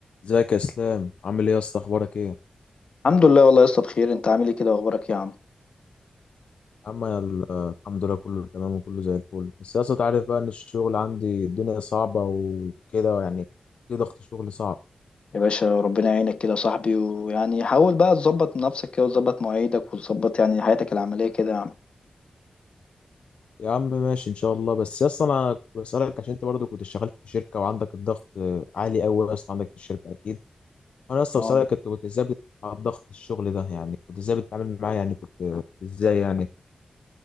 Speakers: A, on the left; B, on the left.
A: ازيك يا اسلام عامل ايه يا اسطى اخبارك ايه يا
B: الحمد لله والله يا اسطى بخير انت عامل ايه كده واخبارك يا عم
A: عم انا ال- الحمد لله كله تمام وكله زي الفل بس يا اسطى تعرف بقى ان الشغل عندي الدنيا صعبه وكده يعني في ضغط شغل صعب
B: يا باشا ربنا يعينك كده يا صاحبي ويعني حاول بقى تظبط نفسك كده وتظبط مواعيدك وتظبط يعني حياتك العمليه كده يا عم
A: يا عم ماشي ان شاء الله بس يا اسطى انا كنت بسالك عشان انت برضه كنت شغال في شركه وعندك الضغط آه، عالي قوي يا اسطى عندك في الشركه اكيد انا يا اسطى
B: اه
A: بسالك انت كنت ازاي بتتعامل مع ضغط الشغل ده يعني كنت ازاي بتتعامل معاه يعني كنت ازاي يعني